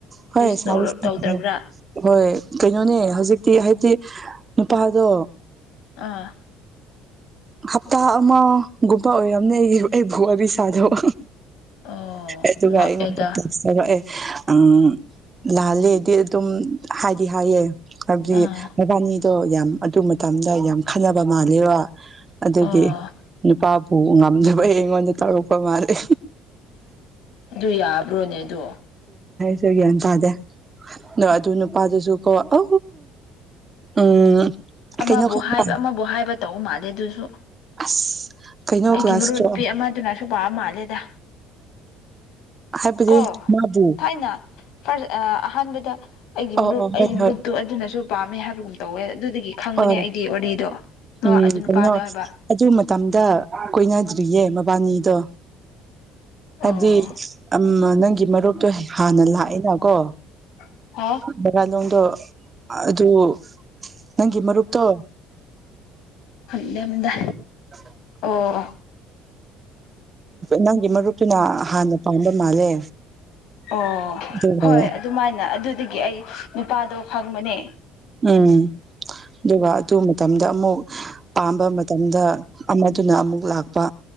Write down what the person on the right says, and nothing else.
ꯍꯣꯏ
ꯁ
ꯁ ꯍꯣꯏ ꯀꯩꯅꯣꯅꯦ ꯍꯧꯖꯤꯛꯇꯤ ꯍꯥꯏꯕꯗꯤ ꯅꯨꯄꯥꯗꯣ
ꯍꯞꯇꯥ ꯑꯃꯒꯨꯝꯕ ꯑꯣꯏꯔꯝꯅꯦ ꯑꯩ ꯑꯩꯕꯨꯣ ꯑꯕꯤ ꯁꯥꯗꯣꯛ
ꯑꯗꯨꯒ
ꯑꯩꯉꯣꯟꯗ ꯑꯦ ꯎꯝ ꯂꯥꯜꯂꯦꯗꯤ ꯑꯗꯨꯝ ꯍꯥꯏꯗꯤ ꯍꯥꯏꯌꯦ ꯍꯥꯏꯕꯗꯤ
ꯃꯕꯥꯅꯤꯗꯣ ꯌꯥꯝ ꯑꯗꯨ ꯃꯇꯝꯗ ꯌꯥꯝ ꯈꯟꯅꯕ ꯃꯥꯜꯂꯦꯕꯣ ꯑꯗꯨꯒꯤ
ꯅꯨꯄꯥ ꯑꯣ ꯉꯝꯗꯕꯩꯉꯖ ꯇꯉꯄ ꯃꯥꯔꯦ
ꯁꯤꯒꯤꯟ ꯇꯥꯗꯦ ꯑꯣ ꯑꯗꯨ ꯅꯨꯄꯥꯗꯨꯁꯨ ꯀꯣ ꯑ ꯎꯝ
ꯀꯩꯅꯣ ꯈꯪꯕ꯭ꯔꯥ
ꯑꯁ ꯀꯩꯅꯣ
ꯀ꯭ꯂꯥꯁ
ꯍꯥꯏꯕꯗꯤ
ꯃꯥꯕꯨ
ꯑ
ꯑ
ꯍꯣꯏ
ꯍꯣꯏ
ꯑ
ꯎꯝ
ꯀꯩꯅꯣ
ꯑꯗꯨ ꯃꯇꯝꯗ ꯀꯣꯏꯅꯗ꯭ꯔꯤ ꯌꯦ ꯃꯕꯥꯅꯤꯗ ꯍꯥꯏꯕꯗꯤ
ꯅꯪꯒꯤ ꯃꯔꯨꯞꯇꯣ ꯍꯥꯟꯅ ꯂꯥꯛꯑꯦꯅꯀꯣ
ꯗꯣꯗ ꯑꯗꯨ ꯑꯗꯨ ꯅꯪꯒꯤ ꯏ ꯃꯔꯛꯇꯛꯇꯣ
ꯎ
ꯅꯪꯒꯤ ꯃꯔꯨꯞꯇꯨꯅ ꯍꯥꯟꯅ ꯄꯥꯟꯕꯥꯝꯕ ꯃꯥꯜꯂꯦ
ꯑꯗꯨꯒ
ꯎꯝ ꯑꯗꯨꯒ ꯑꯗꯨ ꯃꯇꯝꯗ ꯑꯃꯨꯛ ꯄꯥꯝꯕ ꯃꯇꯝꯗ ꯑꯃꯗꯨꯅ ꯑꯃꯨꯛ ꯂꯥꯛꯄ